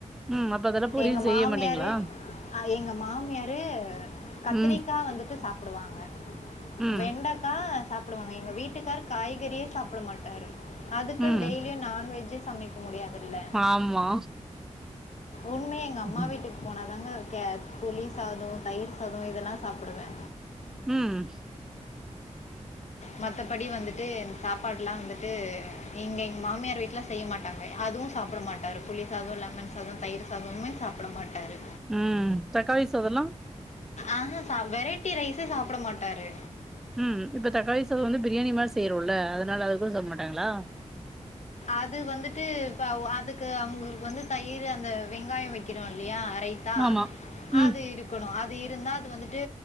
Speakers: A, in the centre; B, on the left (about 65°).
A: ம் அப்ப அதெல்லா பொரியல்
B: எங்க
A: செய்ய
B: மாமியாரு
A: மாட்டீங்களா
B: அ எங்க மாமியார் ஏ கத்திரிக்கா
A: ம்
B: வந்துட்டு சாப்டுவாங்க
A: ம்
B: வெண்டக்கா சாப் ட்டுருவாங்க எங்க வீட்டுக்கார் காய்கறியே சாப்ட மாட்டாரு அதுக்குனு
A: ம்
B: டெய்லியு நான்வெஜ்ஜே சமைக் க்க முடியாதுல்ல
A: ஆமா
B: உண்மயா எங்க அம்மா
A: ம்
B: வீட்டுக்கு போனாதாங்க கே புளி சாதோ தயிரு சாதோ இதெல்லா சாப்டுவே
A: ம்
B: மத்தபடி வந்துட்டு சாப்பாடுலா வந்துட்டு இங்க எங்க மாமியார் வீட்ல செய்ய மாட் டாங்க அதுவு சாப்ட மாட்டாரு புளி சாதோ, லெமன் சாதோ, தயிரு சாதமுமே சாப்ட மாட்டாரு
A: ம் தக்காளி சாதம்லா
B: ஆஹ வெரைட்டி ரைஸே சாப்ட மாட்டாரு
A: ம் இப்ப தக்காளி சாதம் வந்து பிரியாணி மாரி செய்றோல்ல அதனால அது கூட சாப்டமாட்டாங்ளா
B: அது வந்துட்டு இப்ப ஒ அதுக்கு அவுங்களுக்கு வந்து தயிரு அந்த வெங்காயொ வைக்கிறோ இல்லயா ரைத் தா
A: ஆமா ம்
B: அது இருக்கணு அது இருந்தா அது வந்துட்டு